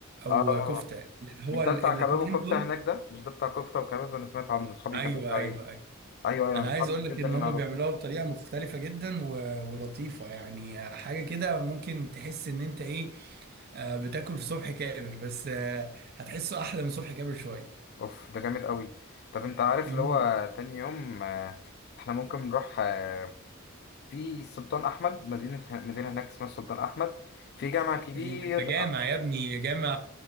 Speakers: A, on the right; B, on the left.
A: او
B: اه
A: آه، كفتة هو
B: مش ده
A: ال-
B: بتاع
A: الاتنين
B: كباب وكفته
A: دول
B: هناك ده مش ده بتاع كفته وكباب انا سمعت عنه اصحابي
A: ايوه
B: كانوا قالوا
A: ايوه
B: عليه
A: ايوه
B: ايوه ايوه
A: انا
B: انا
A: عايز
B: متحمس
A: اقول لك
B: جدا
A: ان
B: ان
A: هم
B: انا اروح
A: بيعملوها بطريقة مختلفة جدا و- ولطيفة يعني آه، حاجة كده ممكن تحس ان انت ايه آه، بتاكل في صبح كابر بس آه، هتحسه احلى من صبح كابر شوية
B: اوف ده جامد قوي طب انت عارف
A: مم.
B: اللي هو تاني يوم آه، احنا ممكن نروح آه، في السلطان احمد مدينه مدينه هناك اسمها السلطان احمد في جامع كبير
A: انت جامع يا ابني جامع